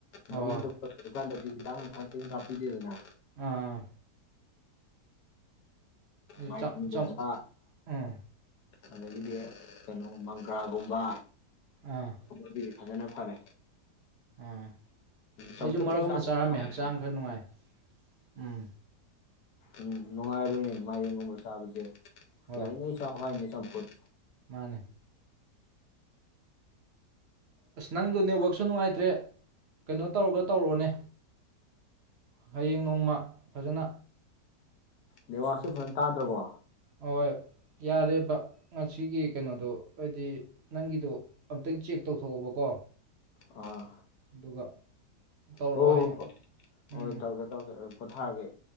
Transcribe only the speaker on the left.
ꯃꯔꯤ
ꯈꯤꯇ ꯊꯄꯤꯗꯦꯗꯅ
ꯃꯥꯏꯔꯦꯟꯒꯨꯝꯕ
ꯑꯗꯒꯤꯗꯤ ꯀꯩꯅꯣ ꯃꯪꯒ꯭ꯔꯥꯒꯨꯝꯕ
ꯑꯗꯨꯗꯤ ꯐꯖꯅ ꯐꯔꯦ
ꯆꯝꯐꯨꯠꯇ
ꯆꯥꯕꯁꯨ
ꯍꯥꯎꯕꯅꯦ
ꯎꯝ ꯅꯨꯡꯉꯥꯏꯕꯅꯤ ꯃꯌꯦꯒꯨꯝꯕ ꯁꯥꯕꯁꯦ
ꯌꯥꯔꯤꯉꯩ ꯆꯥꯎ ꯍꯥꯏꯅꯦ ꯆꯝꯄꯨꯠ
ꯅꯤꯋꯥꯁꯁꯨ ꯐꯖꯅ ꯇꯥꯗ꯭ꯔꯕꯣ
ꯑꯥ
ꯍꯣꯏ ꯍꯣꯏ
ꯍꯣꯏ
ꯇꯧꯒꯦ ꯇꯧꯒꯦ ꯄꯣꯊꯥꯒꯦ